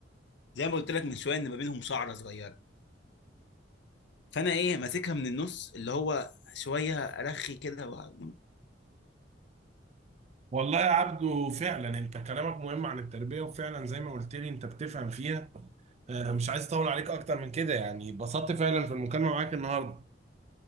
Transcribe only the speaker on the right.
والله يا عبدو فعلا انت كلامك مهم عن التربية وفعلا زي ما قلت لي انت بتفهم فيها آه، مش عايز اطول عليك اكتر من كده يعني اتبسطت فعلا في المكالمة معاك النهاردة